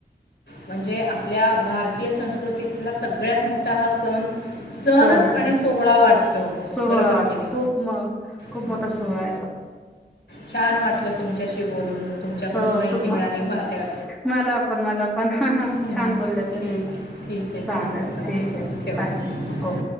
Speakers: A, on the left; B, in the centre.
A: म्हणजे आपल्या भारतीय संस्कृतीतला सगळ्यात मोठा हा सण सणच
B: सण आहे
A: आणि सोहळा वाटतो
B: स सोहळा
A: बरोबर
B: वाटतो
A: की नाही
B: खूप खूप
A: हं.
B: मोठा सोहळा य तो
A: छान वाटलं तुमच्याशी बोलून तुमच्याकडून
B: हो
A: माहिती
B: तु
A: मिळाली माझ्या
B: मला पण मला पण छान
A: हं,
B: बोलले तुम्ही
A: ठीक
B: प
A: ठीक आहे
B: चालेल
A: ठीक आहे
B: ठीक
A: चालेल
B: आहे
A: ठेवते
B: काय हो हो